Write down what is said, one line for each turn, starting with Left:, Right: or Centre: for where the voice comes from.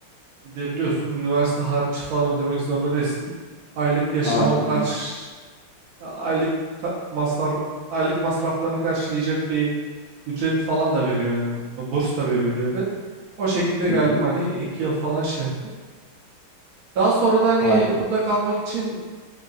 Right: gidebiliyorsun. Üniversite harcı falan ödemek zorunda değilsin. Aylık yaşama
Left: Aa çok
Right: karşı
Left: iyi.
Right: aylık ka- masraf aylık masraflarını karşılayacak bir ücret falan da veriyor hani burs da veriyor devlet. O şekilde
Left: Hı
Right: geldim
Left: hı,
Right: hani iki yıl falan şey yaptım. Daha sonra da hani
Left: harika.
Right: burada kalmak için